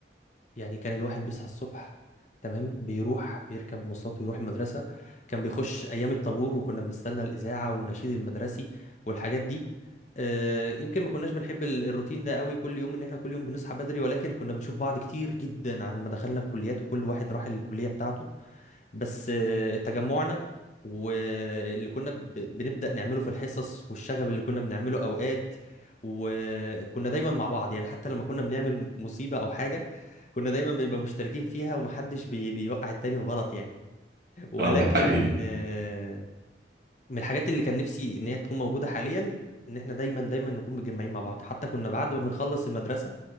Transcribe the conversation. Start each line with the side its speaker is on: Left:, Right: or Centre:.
Left: يعني كان الواحد بيصحى الصبح تمام بيروح بيركب مواصلات ويروح المدرسة كان بيخش أيام الطابور وكنا بنستنى الإذاعة والنشيد المدرسي والحاجات دي آه، يمكن ما كناش بنحب ال- الروتين ده قوي كل يوم ان احنا كل يوم بنصحى بدري ولكن كنا بنشوف بعض كتير جدا عن ما دخلنا الكليات وكل واحد راح الكلية بتاعته بس آه، تجمعنا واللي كنا ب- بنبدأ نعمله في الحصص والشغب اللي كنا بنعمله أوقات وكنا دايما مع بعض يعني حتى لما كنا بنعمل مصيبة أو حاجة كنا دايما بنبقى مشتركين فيها ومحدش بي بيوقع التاني في غلط يعني ولكن
Right: اه ده حقيقي
Left: آه، من الحاجات اللي كان نفسي إن هي تكون موجودة حاليا إن إحنا دايما دايما نكون متجمعين مع بعض حتى كنا بعد ما بنخلص المدرسة